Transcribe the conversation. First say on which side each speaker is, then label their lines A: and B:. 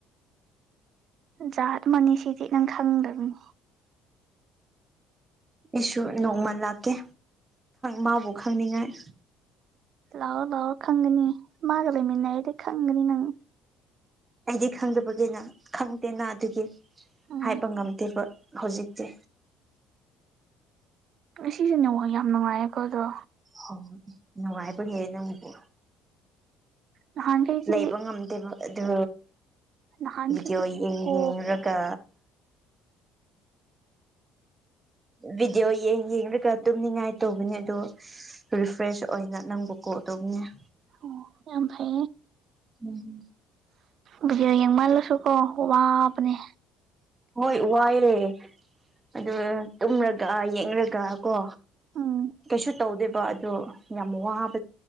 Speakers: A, on the right; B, on the right.
A: ꯖꯥꯠ ꯃꯅꯤꯁꯤꯗꯤ ꯅꯪ ꯈꯪꯗꯕꯅꯤ
B: ꯑꯩꯁꯨ ꯅꯣꯡꯃꯜ ꯂꯥꯛꯀꯦ ꯃꯥꯕꯨ ꯈꯪꯅꯤꯡꯉꯥꯏ
A: ꯂꯑꯣ ꯂꯑꯣ ꯈꯪꯅꯤ ꯃꯥꯒ ꯂꯩ ꯃꯤꯅꯗꯤ ꯈꯪꯒꯅꯤ ꯅꯪ
B: ꯑꯩꯗꯤ ꯈꯪꯗꯕꯒꯤꯅ ꯈꯪꯗꯦꯅ ꯑꯗꯨꯒꯤ
A: ꯎꯝ
B: ꯍꯥꯏꯕ ꯉꯝꯗ꯭ꯔꯤꯕ ꯍꯧꯖꯤꯛꯇꯤ
A: ꯁꯤꯁꯦꯅꯦꯉꯣ ꯌꯥꯝ ꯅꯨꯡꯉꯥꯏꯌꯦꯦꯀꯣꯗ꯭ꯔꯣ
B: ꯑꯣ ꯅꯨꯡꯉꯥꯏꯕ ꯍꯦ ꯅꯪꯕꯨ
A: ꯅꯍꯥꯟꯈꯩꯗꯤ
B: ꯂꯩꯕ ꯉꯝꯗꯦꯕ ꯑꯗꯨ
A: ꯅꯍꯥꯟꯈꯩꯗꯤ
B: ꯚꯤꯗꯤꯑꯣ ꯌꯦꯡꯔꯒ
A: ꯀꯣ
B: ꯚꯗꯤꯑꯣ ꯌꯦꯡ ꯌꯦꯡꯂꯡꯒ ꯇꯨꯝꯅꯤꯡꯉꯥꯏ ꯇꯧꯕꯅꯦ ꯑꯗꯨꯗꯣ ꯔꯤꯐ꯭ꯔꯦꯁ ꯑꯣꯏꯅ ꯅꯪꯕꯨꯀꯣ ꯇꯕꯅꯤꯅꯦ
A: ꯑꯣ ꯑꯐ
B: ꯎꯝ
A: ꯕꯤꯗꯤꯑꯣ ꯌꯦꯡꯃꯜꯂꯨꯁꯨ ꯀꯣ ꯋꯥꯕꯅꯦ
B: ꯍꯣꯏ ꯋꯥꯏꯑꯦ ꯑꯗꯨ ꯇꯨꯝꯔꯒ ꯌꯦꯡꯉꯒ ꯀꯣ
A: ꯎꯝ
B: ꯀꯩꯁꯨ ꯇꯧꯗꯦꯕ ꯑꯗꯣ ꯌꯥꯝ ꯋꯥꯕ